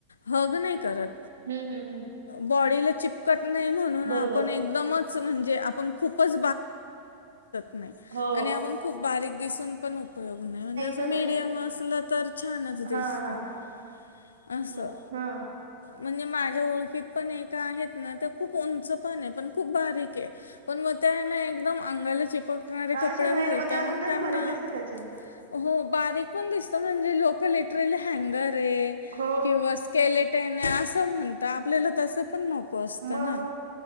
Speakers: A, on the left; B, on the right.
A: हग नाही करत.
B: हम्म हम्म हम्म हम्म
A: बॉडीला चिपकत नाही म्हणून
B: बरोबर
A: आपण एकदमच. म्हण ख बण नाही
B: हो
A: ख. दिसून पण उपयोग नाही म्हणजे
B: तसं
A: मडयम
B: नाही.
A: असला तर. छानच दिसतं
B: हा हा
A: असं
B: मस् हा.
A: म्हणजे माझ्या ओळखीत पण ए का आहेत ना ते खूप उंच पण आहे पण खूप बारीक आहे. पण मग त्या ना एकदम अंगाला चिप. कणारे
B: अशा
A: कपड
B: नाही
A: घालत
B: ना ते
A: मग
B: अजून तसं
A: त्यांना
B: बारीक दिसत त्याच्याने
A: हो. बारीक पण दिसत म्हणजे लोकललेटरली हँगर. आहे
B: ह.
A: किंवा स्केलेटने असं म्हणत आपल्याला तस पण नको असतं
B: म
A: ना.
B: म